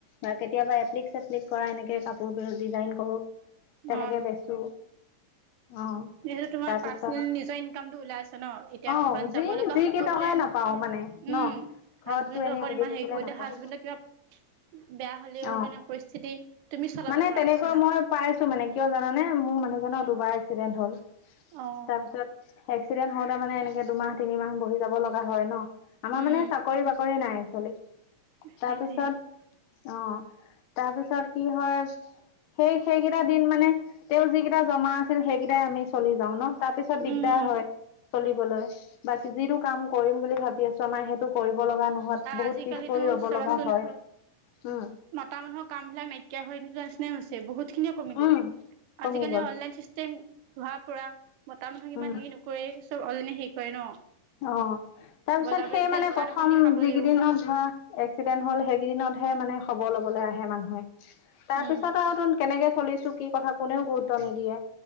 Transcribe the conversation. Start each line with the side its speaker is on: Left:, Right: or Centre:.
Left: বা কেতিয়াবা এপ্লিক চেপ্লিক কৰা এনেকে কাপোৰ ক ডিজাইন কৰো তেনেকে
Right: অ
Left: বেচো অ
Right: যিহে তোমাৰ
Left: তাৰপিছত
Right: পাৰ্চনেল নিজৰ ইনকামটো ওলাই আছো ন এতিয়া
Left: অ
Right: ক'বাত
Left: যি
Right: যাব লগা
Left: যি
Right: হ'ব
Left: কেইটকাই
Right: বোলে
Left: নাপাও মানে
Right: উম
Left: ন ঘৰতটো
Right: হাজবেণ্ডৰ
Left: এনেই
Right: ওপৰত
Left: বহি
Right: ইমান
Left: থাকিলে
Right: হেৰি কৰিব
Left: নাপাও
Right: হাজবেণ্ডে কিবা বেয়া হলেও
Left: অ
Right: মানে পৰিস্থিতি তুমি চলাব
Left: মানে
Right: পৰা
Left: তেনেকুৱা
Right: নিচিনা
Left: মই পাইছো মানে কিয় জানানে মোৰ মানুহজনৰ
Right: উম
Left: দুবাৰ এক্সিডেণ্ট হ'ল
Right: অ
Left: তাৰ পিছত এক্সিডেণ্ট হওঁতে মানে এনেকে দুমাহ তিনিমাহ বহি যাব লগা হয় ন আমাৰ
Right: উম
Left: মানে চাকৰি বাকৰি নাই একচোৱেলি তাৰপিছত
Right: সেইটোৱে
Left: অ তাৰপিছত কি হয়। সেই সেইকেইটা দিন মানে তেওঁ যি কেইটা জমা আছিল সেইকেইটাই আমি চলি যাও ন। তাৰ পিছত দিগদাৰ
Right: উম
Left: হয় চলিবলৈ বাকী যিটো কাম কৰিম বুলি ভাবি আছো আমাৰ সেইটো কৰিব লগা নহয়। বহুত
Right: আজিকালিতো
Left: পিছ পৰি ৰব
Right: চাবাচোন
Left: লগা হয় উম
Right: মতা মানুহৰ কাম বিলাক নাইকিয়া হৈ যোৱাৰ নিচিনা হৈছে বহুত ‌ খিনি কমি গ'ল
Left: উম কমি
Right: আজিকালি
Left: গ'ল
Right: অনলাইন চিষ্টেম হোৱাৰ পৰা মতা মানুহক ইমান
Left: উম
Right: হেৰি নকৰে চব অৰ্জনে হেৰি কৰে ন
Left: অ তাৰপিছত
Right: বজাৰ ব
Left: সেই
Right: এতিয়া
Left: মানে
Right: দোকান
Left: প্ৰথম
Right: এখন দি খাবলৈও
Left: যিকেদিন ত ধৰা এক্সিডেণ্ট হ'ল সেই কেইদিনতহে মানে খবৰ লবলৈ আহে মানুহে
Right: উম
Left: তাৰ পিছতো তুন কেনেকে চলিছো কি কথা কোনেও গুৰুত্ব নিদিয়ে।